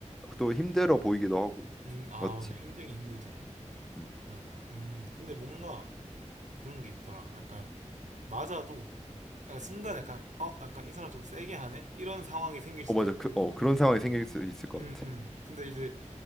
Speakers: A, in the centre; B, on the right.
A: 또 힘들어 보이기도 하고,
B: 음, 아,
A: 맞지?
B: 맞아. 힘들긴 힘들지.
A: 음.
B: 맞아. 음, 근데 뭔가 그런 게 있더라. 약간, 맞아도, 약간 순간 약간, 어, 약간 이 사람 좀 세게 하네? 이런 상황이 생길 수도
A: 어 맞아,
B: 있고.
A: 그, 어 그런 상황이 생길 수 있을 것
B: 음,
A: 같아.
B: 음. 근데 이제